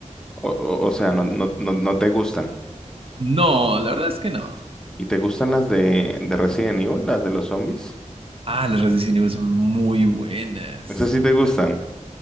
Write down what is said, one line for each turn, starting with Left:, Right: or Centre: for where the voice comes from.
Centre: O, o- o sea, no, no, no, no te gustan.
Right: No, la verdad es que no.
Centre: ¿Y te gustan las de, de Resident Evil, las de los zombies?
Right: Ah, las redes de Cine son muy buenas.
Centre: Esas sí te gustan.